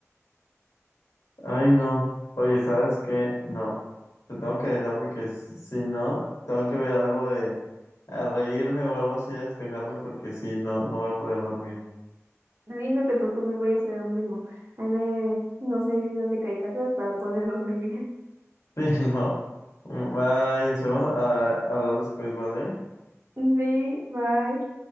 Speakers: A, on the left (about 80°); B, on the right (about 55°).
A: Ay, no. Oye, ¿sabes qué? No, te tengo que dejar porque s- si no, tengo que ver algo de a reírme o algo así a despejarme porque si no, no voy a poder dormir. <laughs>
B: Y no te preocupes, voy a hacer lo mismo. A ver, no sé, videos de caricaturas para poder dormir bien. <laughs>
A: Sí, no. Mm, Bye, esperemos a, a hablar después, ¿vale?
B: Sí, bye.